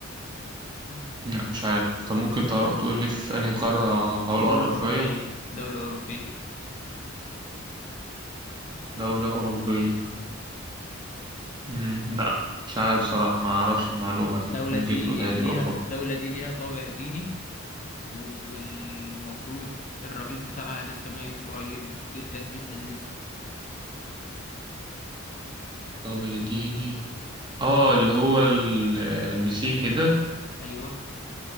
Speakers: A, on the left; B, on the right.
A: مم.
B: لا مش عارف طب ممكن تقر- تقول لي في أنهي قارة هحاول
A: دولة
B: أقرب
A: أوروبية
B: شوية
A: دولة أوروبية
B: دولة أوروبية مم. لا مش عارف صراحة ما أعرفش المعلومة دي
A: الدولة
B: ممكن
A: دي
B: تقولها
A: ليها
B: لي بقى
A: الدولة دي ليها طابع ديني والمفروض الرئيس بتاعها لسه ميت قريب جدا جدا جدا
B: طب اديني اه اللي هو ال- المسيحي ده
A: أيوه